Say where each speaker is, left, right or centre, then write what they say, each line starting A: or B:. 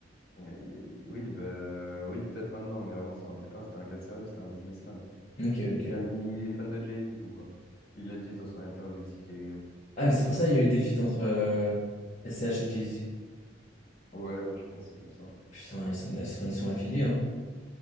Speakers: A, on the left; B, on the left.
A: Mais oui, bah oui, peut-être maintenant, mais avant, ça n'en était pas. C'était un gars sérieux, c'était un businessman.
B: Ok, ok.
A: Il, a- il est fan de Jay-Z, Booba. Il l'a dit dans son interview de C K O.
B: Ah, mais c'est pour ça qu'il y a eu des feats entre euh, S C H et Jay-Z.
A: Ouais, ouais, je pense, c'est pour ça.
B: Putain, ils sont, ils sont, ils sont affiliés, hein.